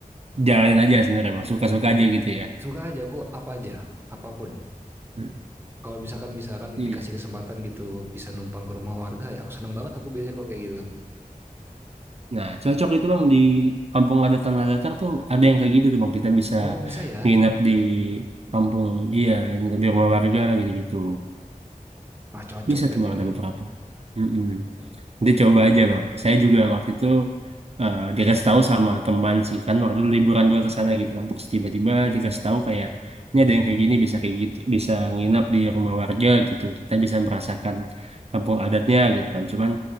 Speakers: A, on the right; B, on the right.
A: jalanin aja sebenarnya Mas. Suka-suka aja gitu ya.
B: Suka aja aku apa aja, apapun.
A: Hmm.
B: Kalau misalkan misalkan
A: Iya.
B: dikasih kesempatan gitu bisa numpang ke rumah warga ya aku seneng banget aku biasanya kalau kayak gitu.
A: Nah, cocok itu Bang di kampung ada tanah datar tuh ada yang kayak gitu tuh Bang. Kita bisa
B: Oh bisa ya
A: nginep di kampung iya, nginep di rumah warga gitu-gitu.
B: Wah cocok
A: Bisa
B: berarti
A: tuh Bang ada
B: nih.
A: beberapa. Mm-mm. Nanti coba aja bang. Saya juga waktu itu eh, dikasih tahu sama teman sih kan waktu itu liburan juga ke sana gitu kan. Terus tiba-tiba dikasih tahu kayak ini ada yang kayak gini bisa kayak gitu bisa nginap di rumah warga gitu. Kita bisa merasakan kampung adatnya gitu kan. Cuman